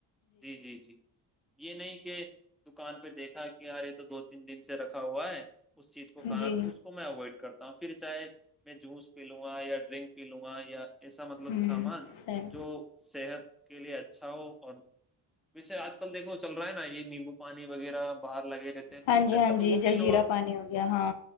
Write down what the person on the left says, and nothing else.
جی
ہوں
صحیح
ہاں
جی
ہاں
جی
جلجیرا
پانی ہو گیا ہاں